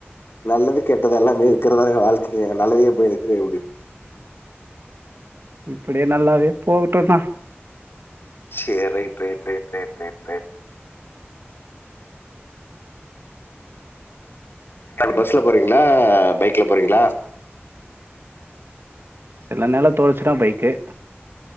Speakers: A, on the left; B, on the right.
A: நல்லது கெட்டத எல்லாமே இருக்கிறதாங்க வாழ்க்கையே நல்லதையே போய் எடுத்துக்க முடியது
B: இப்படியே நல்லாவே போகட்டும்னா
A: செரி ரைட் ரைட் பஸ்ல போறீங்களா பைக்ல போறீங்களா
B: சில நேரம் தோணுச்சுனா பைக்கு